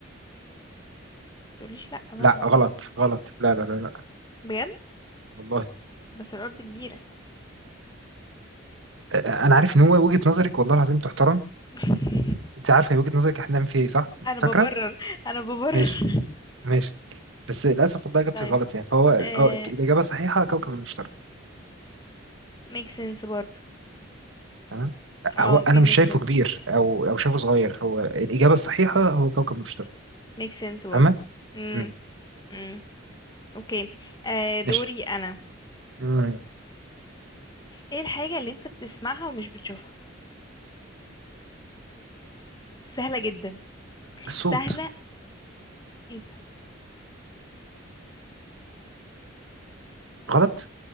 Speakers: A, on the left; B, on the right.
A: تقوليش لا بقى
B: لا غلط
A: زي كده
B: غلط لا لا لا لا
A: بجد
B: والله
A: بس الارض كبيرة
B: آه... انا عارف ان هو وجهه نظرك والله العظيم تحترم
A: <laughs>
B: انت عارفه هي وجهه نظرك احنا بنعمل فيها ايه صح
A: انا
B: فاكره
A: ببرر انا ببرر
B: ماشي
A: <laughs>
B: ماشي بس للاسف والله اجابتك
A: طيب
B: غلط يعني فهو اه
A: آه
B: الاجابه الصحيحه كوكب المشتري
A: ميك سنس برضه
B: تمام
A: اه
B: هو انا
A: بي
B: مش
A: ميك
B: شايفه
A: سنس
B: كبير او او شايفه صغير هو الاجابه الصحيحه هو كوكب المشتري
A: ميك سنس برضه
B: تمام
A: امم
B: مم.
A: امم اوكي آه دوري
B: ماشي
A: انا
B: مم.
A: ايه الحاجة اللي انت بتسمعها ومش بتشوفها سهلة جدا
B: الصوت
A: سهلة ايه ده
B: غلط